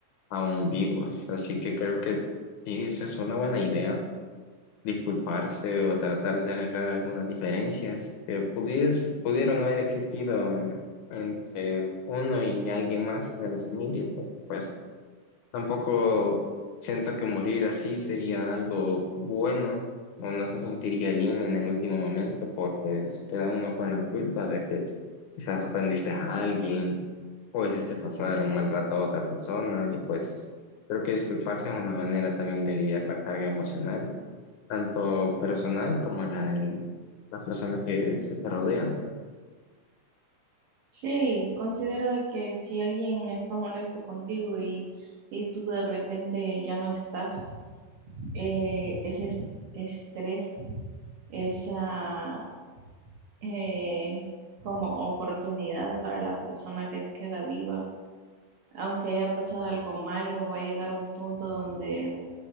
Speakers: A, on the left; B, on the right.
A: aún vivos. Así que creo que sí, eso es una buena idea, disculparse o tratar de arreglar algunas diferencias que pudies- pudieron haber existido eh, entre uno y alguien más de la familia. pero, Pues tampoco siento que morir así sería algo bueno o no se sentiría bien en el último momento porque queda uno con la culpa de que quizás ofendiste a alguien o hiciste pasar un mal rato a otra persona y pues creo que disculparse es una manera también de aliviar la carga emocional, tanto personal como la de las personas que, que te rodean.
B: Sí, considero de que si alguien está molesto contigo y, y tú de repente ya no estás, eh, ese es- estrés, esa eh, como oportunidad para la persona que queda viva, aunque haya pasado algo malo, va a llegar un punto donde